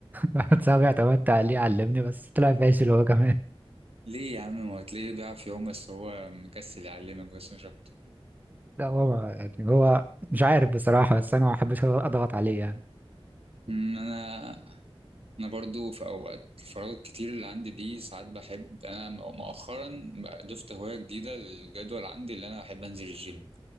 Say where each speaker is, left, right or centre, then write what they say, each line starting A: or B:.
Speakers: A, on the right; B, on the right.
A: واحد صاحبي اعتمدت عليه علمني بس طلع فاشل هو كمان
B: ليه يا عم ما هو هتلاقيه بيعرف يعوم بس هو مكسل يعلمك بس مش اكتر
A: لا هو ما- يعني هو مش عارف بصراحة بس انا ما بحبش اضغط عليه يعني
B: أمم، انا انا برضو في اوقات الفراغ الكتير اللي عندي دي ساعات بحب انا مؤخرا بقى ضفت هواية جديدة للجدول عندي اللي انا بحب انزل الجيم